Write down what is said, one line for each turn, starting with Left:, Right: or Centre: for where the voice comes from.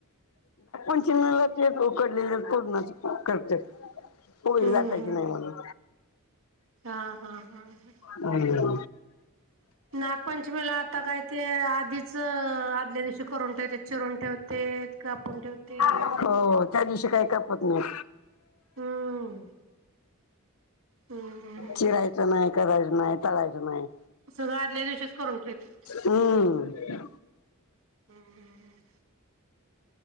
Left: उकडलेले पुरणाचे पण करत्यात. पोळी
Right: हम्म
Left: लाटायची
Right: हम्म.
Left: नाही म्हणून.
Right: हा हा हा हा
Left: हम्म.
Right: <inaudible> नागपंचमीला आता काय ते आधीच आदल्या दिवशी करून ठेवतेत. चिरूण ठेवतेत. कापुन ठेवतेत.
Left: हो त्या दिवशी काही कापत नाही.
Right: हम्म हम्म हम्म हम्म
Left: चिरायचं नाही. करायचं नाही. तळायचं नाही.
Right: सगळं आदल्या दिवशीच करून ठेवतेत.
Left: हम्म
Right: हम्म हम्म हम्म